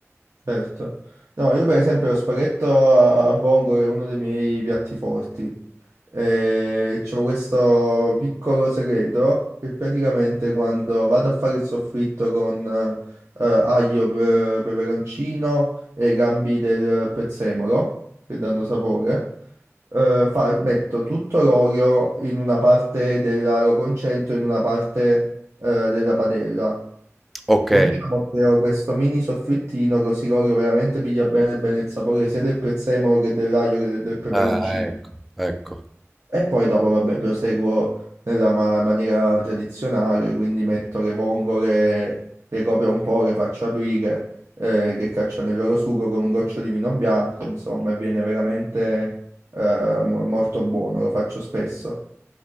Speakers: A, on the right (about 65°); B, in the centre.
A: Certo. No, io per esempio lo spaghetto a, a vongole è uno dei miei piatti forti. E c'ho questo piccolo segreto che praticamente quando vado a fare il soffritto con eh, aglio, pe- peperoncino e gambi del prezzemolo, che danno sapore, eh, fa- metto tutto l'olio in una parte della, lo concentro in una parte eh, della padella
B: Ok,
A: e diciamo creo questo mini soffrittino così Corio veramente piglia bene bene il sapore sia del prezzemolo che del raglio che del, del peperoncino.
B: Ah, ecco, ecco.
A: E poi dopo, vabbè, proseguo nella ma- maniera tradizionale, quindi metto le vongole, le copro un po', le faccio aprire, eh, che cacciano il loro sugo con un goccio di vino bianco, insomma, e viene veramente eh, mo- molto buono, lo faccio spesso.